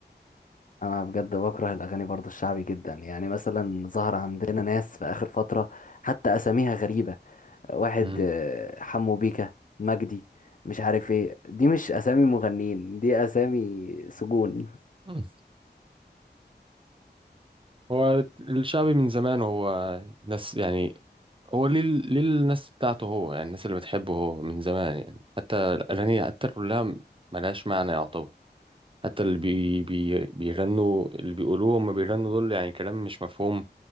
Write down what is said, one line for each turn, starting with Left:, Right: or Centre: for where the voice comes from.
Left: انا بجد بكره الاغاني برضو الشعبي جدا يعني مثلا ظهر عندنا ناس في اخر فتره حتى اساميها غريبه واحد
Right: امم
Left: آه، حمو بيكا مجدي مش عارف ايه دي مش اسامي مغنيين دي اسامي سجون
Right: أمم. هو الشعبي من زمان هو ناس يعني هو ليه ليه الناس بتاعته هو يعني الناس اللي بتحبه هو من زمان يعني حتى الأغاني حتى كلها ملهاش معنى يعتبر حتى اللي بي بي بيغنوا اللي بيقولوه هما بيغنوا دول يعني كلام مش مفهوم